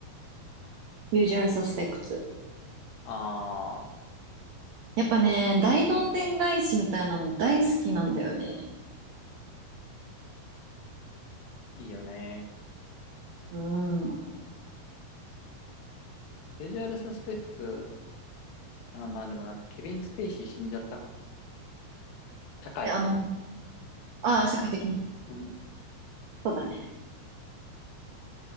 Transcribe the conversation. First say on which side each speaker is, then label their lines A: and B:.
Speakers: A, on the right; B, on the left.
A: Usual suspects。
B: ああ、
A: やっぱね、大どんでん返しみたいなの大好きなんだよね。
B: いいよね。
A: うん。
B: ビジュアルサスペクツ、あ、まあでもな、ケビン・スペイシー死んじゃったからな。社会的に。
A: え、あの、ああ、社会的に。
B: うん。
A: そうだね。